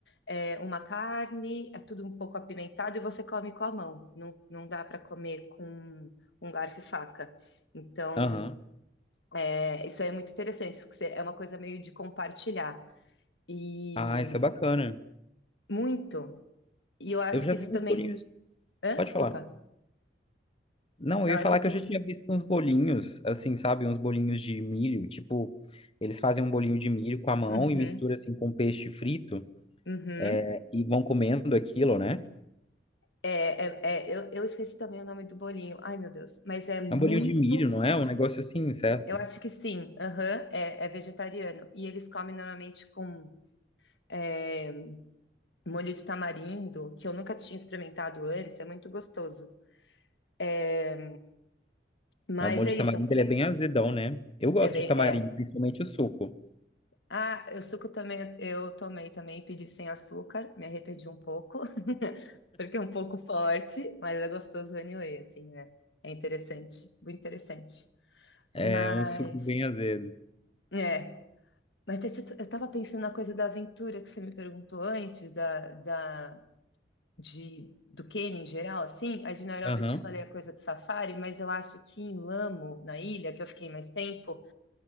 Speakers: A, on the left; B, on the left.
A: é, uma carne, é tudo um pouco apimentado e você come com a mão. Não, não dá para comer com um garfo e faca. Então,
B: Aham.
A: é, isso aí é muito interessante, isso que você- é uma coisa meio de compartilhar. E
B: Ah, isso é bacana.
A: muito. E eu acho
B: Eu já
A: que
B: vi
A: isso
B: uns
A: também.
B: bolinhos.
A: Hã?
B: Pode
A: Desculpa.
B: falar. Não, eu
A: Eu
B: ia
A: acho
B: falar que
A: que.
B: eu
A: isso-
B: já tinha visto uns bolinhos, assim, sabe? Uns bolinhos de milho, tipo, eles fazem um bolinho de milho com a mão
A: Uhum,
B: e mistura assim com peixe frito,
A: uhum.
B: é, e vão comendo aquilo, né?
A: É, é, é, eu, eu esqueci também o nome do bolinho. Ai, meu Deus. Mas é muito.
B: É um bolinho de milho, não é? É um negócio assim, certo?
A: Eu acho que sim. Aham, é, é vegetariano. E eles comem normalmente com é, molho de tamarindo, que eu nunca tinha experimentado antes, é muito gostoso. É, mas
B: É o molho
A: é
B: de
A: isso,
B: tamarindo,
A: assim,
B: ele é bem azedão, né? Eu gosto
A: é bem,
B: de tamarindo,
A: é.
B: principalmente o suco.
A: Ah, o suco também, eu tomei também, pedi sem açúcar, me arrependi um pouco, <laughs> porque é um pouco forte, mas é gostoso anyway, assim, né? É interessante, muito interessante.
B: É
A: Mas,
B: um suco bem azedo.
A: é, mas deixa eu eu tava pensando na coisa da aventura que você me perguntou antes, da, da, de, do Quênia em geral, assim, a de Nairobi
B: Aham.
A: eu te falei a coisa do safari, mas eu acho que em Lamo, na ilha, que eu fiquei mais tempo,